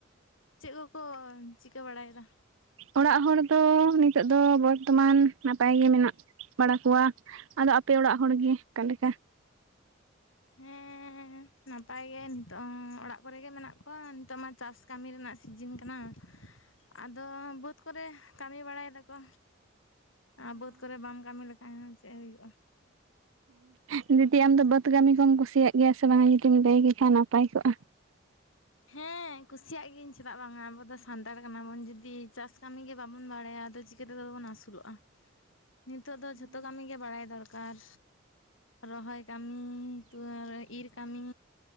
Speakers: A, on the left; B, on the right.
A: ᱪᱮᱫ ᱠᱚᱠᱚ ᱪᱤᱠᱟᱹ ᱵᱟᱲᱟᱭᱫᱟ?
B: ᱚᱲᱟᱜ ᱦᱚᱲ ᱫᱚ ᱱᱤᱛᱳᱜ ᱫᱚ ᱵᱚᱨᱛᱚᱢᱟᱱ ᱱᱟᱯᱟᱭ ᱜᱮ ᱢᱮᱱᱟᱜ ᱵᱟᱲᱟ ᱠᱚᱣᱟ ᱟᱫᱚ ᱟᱯᱮ ᱚᱲᱟᱜ ᱦᱚᱲ ᱜᱮ ᱚᱠᱟ ᱞᱮᱠᱟ?
A: ᱦᱮᱸ ᱱᱟᱯᱟᱭ ᱜᱮ ᱱᱤᱛᱚᱜ ᱚᱲᱟᱜ ᱠᱚᱨᱮᱜᱮ ᱢᱮᱱᱟᱜ ᱠᱚᱣᱟ ᱱᱤᱛᱚᱜ ᱢᱟ ᱪᱟᱥ ᱠᱟᱹᱢᱤ ᱨᱮᱱᱟᱜ ᱥᱤᱡᱤᱱ ᱠᱟᱱᱟ᱾ ᱟᱫᱚ ᱵᱟᱹᱫᱽ ᱠᱚᱨᱮ ᱠᱟᱹᱢᱤ ᱵᱟᱲᱟᱭ ᱫᱟᱠᱚ᱾ ᱟᱨ ᱵᱟᱹᱫᱽ ᱠᱚᱨᱮ ᱵᱟᱢ ᱠᱟᱹᱢᱤ ᱞᱮᱠᱷᱟᱱ ᱦᱚᱸ ᱪᱮᱫ ᱦᱩᱭᱩᱜᱼᱟ᱾
B: ᱦᱮᱸ ᱫᱤᱫᱤ ᱟᱢ ᱫᱚ ᱵᱟᱹᱫᱽ ᱠᱟᱹᱢᱤ ᱠᱚᱢ ᱠᱩᱥᱤᱭᱟᱜ ᱜᱮᱭᱟ ᱥᱮ ᱵᱟᱝ-ᱟ ᱡᱩᱫᱤᱢ ᱞᱟᱹᱭ ᱠᱮᱠᱷᱟ ᱱᱟᱯᱟᱭ ᱠᱚᱜᱼᱟ᱾
A: ᱦᱮᱸ ᱠᱩᱥᱤᱭᱟᱜ ᱜᱤᱭᱟᱹᱧ᱾ ᱪᱮᱫᱟᱜ ᱵᱟᱝ-ᱟ ᱟᱵᱚ ᱫᱚ ᱥᱟᱱᱛᱟᱲ ᱠᱟᱱᱟᱵᱚᱱ ᱡᱩᱫᱤ ᱪᱟᱥ ᱠᱟᱹᱢᱤ ᱜᱮ ᱵᱟᱵᱚᱱ ᱵᱟᱲᱟᱭᱟ ᱟᱫᱚ ᱪᱤᱠᱟᱹ ᱛᱮᱫᱚ ᱵᱚᱱ ᱟᱹᱥᱩᱞᱚᱜᱼᱟ᱾ ᱱᱤᱛᱳᱜ ᱫᱚ ᱡᱷᱚᱛᱚ ᱠᱟᱹᱢᱤ ᱜᱮ ᱵᱟᱲᱟᱭ ᱫᱚᱨᱠᱟᱨ, ᱨᱚᱦᱚᱭ ᱠᱟᱹᱢᱤ <unintelligible> ᱤᱨ ᱠᱟᱹᱢᱤ